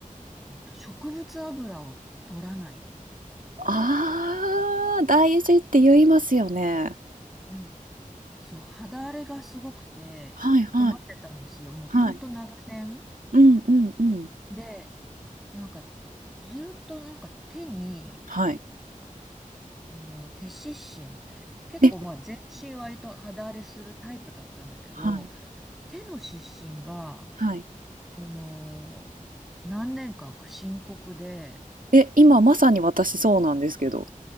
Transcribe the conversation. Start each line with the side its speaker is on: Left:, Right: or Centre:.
Centre: えっと、植物油を取らない。
Right: ああ、大事って言いますよね。
Centre: うん。そう、肌荒れがすごくて困ってたんですよ。
Right: はいはい
Centre: もうほんと長年。
Right: はい。うんうんうん。
Centre: で、なんか、ずーっとなんか手に、
Right: はい。
Centre: あの、手湿疹みたいな。結構まあ全身割と肌荒れするタイプだったんだけど、
Right: えはい。
Centre: 手の湿疹が、
Right: はい。
Centre: あのー何年間か深刻で、
Right: え今まさに私そうなんですけど、